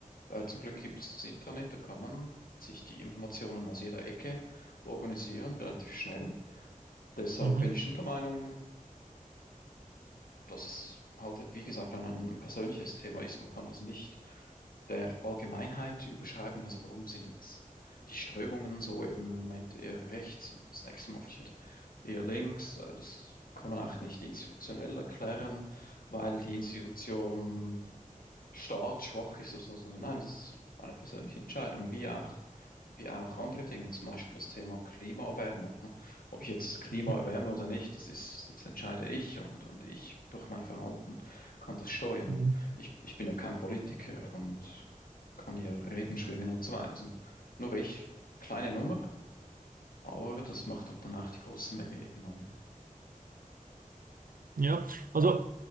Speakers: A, on the left (about 85°); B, on the right (about 75°).
A: Äh, zum Glück gibt es das Intranet, da kann man sich die Informationen aus jeder Ecke organisieren, relativ schnell. Deshalb
B: Mhm.
A: bin ich schon der Meinung, das ist halt, wie gesagt, ein, ein persönliches Thema ist. Man kann das nicht der Allgemeinheit überschreiben. Also warum sind jetzt die Strömungen so eben im Moment eher rechts und das nächste Mal wieder eher links? Äh, Das kann man auch nicht institutionell erklären, weil die Institution staatsschwach ist oder so, sondern nein, das ist eine persönliche Entscheidung, wie auch, wie auch andere Dinge, zum Beispiel das Thema Klimaerwärmung. Ne? Ob ich jetzt das Klima
B: Mhm.
A: erwärme oder nicht, das ist, das entscheide ich und, und ich durch mein Verhalten kann das steuern.
B: Mhm.
A: Ich, ich bin ja kein Politiker und kann hier Reden schwingen und so weiter. Das sind nur ich, kleine Nummer, aber das macht halt dann auch die große Menge irgendwann.
B: Ja, also